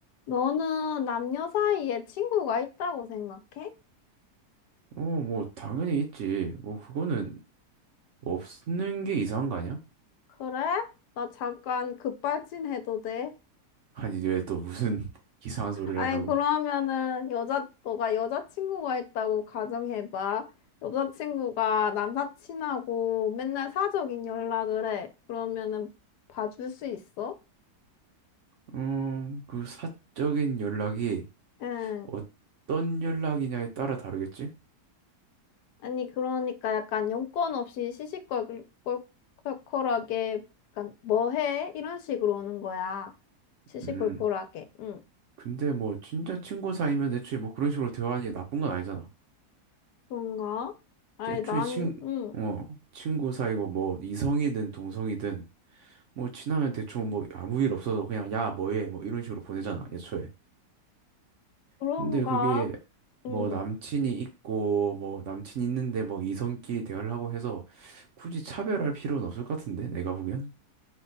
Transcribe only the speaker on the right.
어, 뭐, 당연히 있지. 뭐, 그거는 없는 게 이상한 거 아니야?
아니, 왜 또 무슨 <laughs> 이상한 소리를
하려고.
음, 그 사적인 연락이
어떤 연락이냐에 따라 다르겠지?
음,
근데 뭐, 진짜 친구 사이면 애초에 뭐 그런 식으로 대화하는 게 나쁜 건 아니잖아.
애초에
친,
어, 친구 사이고 뭐, 이성이든 동성이든, 뭐, 친하면 대충 뭐, 아무 일 없어도 그냥, 야, 뭐해? 뭐, 이런 식으로 보내잖아, 애초에.
근데 그게 뭐
남친이 있고 뭐 남친 있는데 뭐 이성끼리 대화를 하고 해서 굳이 차별할 필요는 없을 것 같은데 내가 보기엔.